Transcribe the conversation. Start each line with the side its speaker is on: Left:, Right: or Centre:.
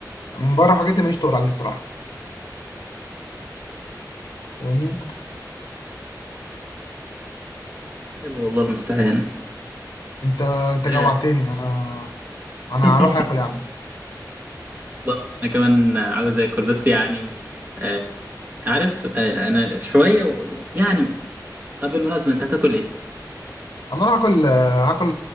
Left: من بره الحاجات دي ماليش تقول عليه الصراحه فاهمني
Right: حلو والله المستعان
Left: انت انت
Right: آه،
Left: جوعتني انا انا
Right: <laughs>
Left: هروح اكل يعني
Right: والله انا كمان عاوز اكل بس يعني آه، عارف آه، انا شويه و... يعني طب بالمناسبه انت هتاكل ايه
Left: انا هروح اكل هاكل